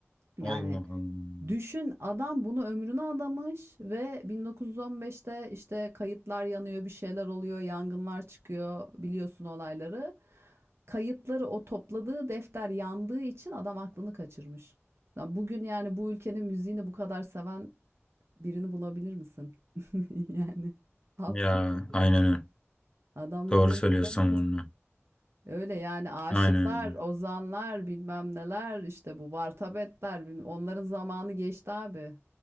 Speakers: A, on the right; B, on the left.
A: Yani
B: Allah Allah.
A: Düşün adam bunu ömrüne adamış ve 1915'te işte kayıtlar yanıyor, bir şeyler oluyor, yangınlar çıkıyor biliyorsun olayları. Kayıtları o topladığı defter yandığı için adam aklını kaçırmış. Bugün yani bu ülkenin müziğini bu kadar seven birini bulabilir misin? <laughs> Yani absürt
B: Ya
A: bir
B: aynen
A: durum.
B: öyle.
A: Adamların
B: Doğru
A: umurunda
B: söylüyorsun
A: değil.
B: bunu.
A: Öyle yani aşıklar,
B: Aynen öyle.
A: ozanlar, bilmem neler işte bu vartabetler, bilmem- onların zamanı geçti abi.